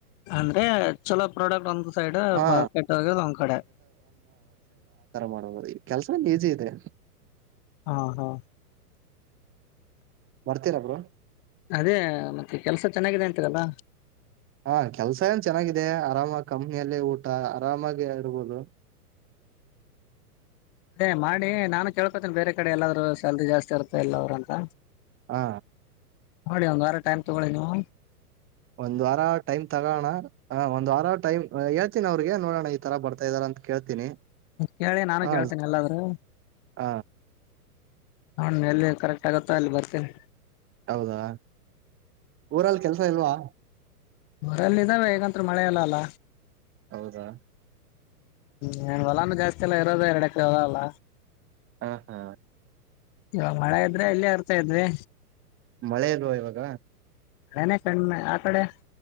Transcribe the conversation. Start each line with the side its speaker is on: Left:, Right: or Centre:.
Left: ಅಂದ್ರೆ ಚಲೋ ಪ್ರಾಡಕ್ಟ್ ಒಂದ್ ಸೈಡ್
Right: ಹಾ
Left: ಕೆಟ್ಟೋಗದು ಒಂದ್ ಕಡೆ
Right: ಮಾಡ ಕೆಲಸ ಈಜಿ ಇದೆ
Left: ಹಾ ಹಾ
Right: ಮಾಡಡ್ತೀರಬ್ರು
Left: ಅದೇ ಮತ್ತೆ ಕೆಲ್ಸ ಚೆನ್ನಾಗಿದೆ ಅಂತೀರಲ್ಲ
Right: ಹಾ ಕೆಲ್ಸ ಏನ್ ಚೆನ್ನಾಗಿದೆ ಆರಾಮ ಕಮ್ಮಿಯಲ್ಲೇ ಊಟ ಆರಾಮಾಗಿ ಇರ್ಬೋದು
Left: ಅದೇ ಮಾಡಿ ನಾನು ಕೇಳ್ಕೊತೇನಿ ಬೇರೆ ಕಡೆ ಎಲ್ಲಾದ್ ಸ್ಯಾಲ್ರಿ ಜಾಸ್ತಿ ಇರುತ್ತ ಇಲ್ಲ ಅವ್ರ ಅಂತ
Right: ಹಾ
Left: ನೋಡಿ ಒಂದ್ ವಾರ ಟೈಮ್ ತಗೊಳ್ಳಿ ನೀವು
Right: ಒಂದ್ ವಾರ ಟೈಮ್ ತಗೋಣ ಒಂದ ವಾರ ಟೈಮ್ ಹೇಳ್ತೀನಿ ಅವ್ರಿಗೆ ನೋಡೋಣ ಈ ತರ ಬರ್ತಾ ಇದ್ದಾರೆ ಅಂತ ಕೇಳ್ತೀನಿ
Left: ಕೇಳಿ ನಾನು
Right: ಹ
Left: ಕೇಳ್ತೇನೆ ಎಲ್ಲಾದರು
Right: ಹ
Left: ನಾನು ಎಲ್ಲಿ ಕರೆಕ್ಟ್ ಆಗತ್ತ ಅಲ್ಲಿ ಬರ್ತೇನೆ
Right: ಹೌದಾ ಊರಲ್ಲಿ ಕೆಲ್ಸ ಇಲ್ವಾ
Left: ಊರಲ್ಲ ಇದಾವೆ ಹಗಂತ ಮಳೆ ಎಲ್ಲ ಅಲ್ಲ
Right: ಹೌದಾ
Left: ಹ್ಮಂ ಹೊಲಾನು ಜಾಸ್ತಿ ಅಲ್ಲ ಇರೋದ ಎರಡಕರೆ ಹೊಲ ಅಲ್ಲ.
Right: ಹಾ ಹಾ.
Left: ಇವಾಗ ಮಳೆ ಇದ್ರೆ ಇಲ್ಲೆ ಇರ್ತಾ ಇದ್ವಿ.
Right: ಮಳೆ ಇಲ್ವಾ ಇವಾಗ.
Left: ಹಳನ ಕಣ್ಮೆ ಆ ಕಡೆ